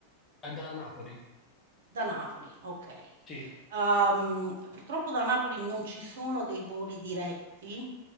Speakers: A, on the left; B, on the right.
A: Eh, da Napoli,
B: Da Napoli, okay.
A: sì,
B: Uhm, purtroppo da Napoli non ci sono dei voli diretti